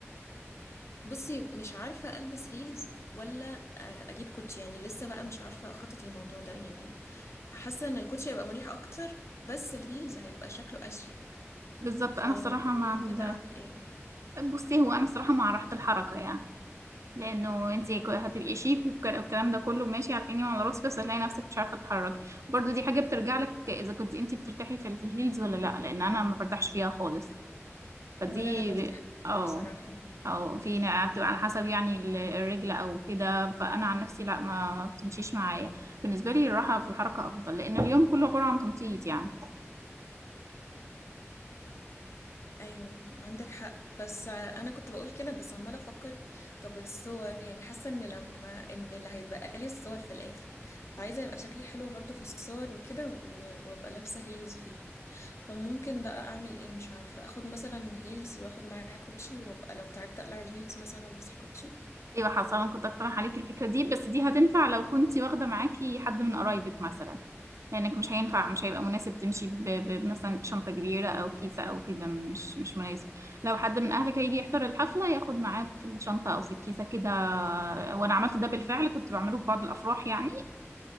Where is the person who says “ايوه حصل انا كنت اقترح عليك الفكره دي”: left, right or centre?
Right